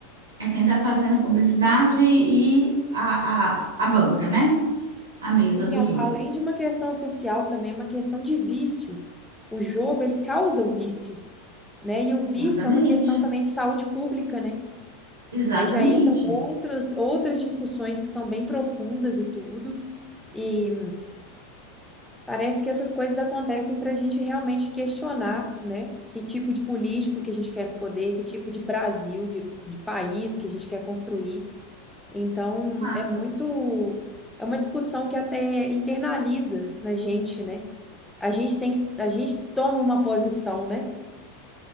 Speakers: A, on the right; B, in the centre.
A: é quem está fazendo a publicidade e a, a, a banca, né? A mesa
B: Sim,
A: do
B: é
A: jogo.
B: um- além de uma questão social, também é uma questão de vício. O jogo, ele causa o vício, né? E o vício
A: Exatamente,
B: é uma questão também de saúde pública, né?
A: exatamente.
B: Aí já entram outras, outras discussões que são bem profundas e tudo. E Parece que essas coisas acontecem para a gente realmente questionar, né? Que tipo de político que a gente quer no poder, que tipo de Brasil, de, de país que a gente quer construir. Então,
A: Exato.
B: é muito. É uma discussão que até internaliza na gente, né? A gente tem que, a gente toma uma posição, né?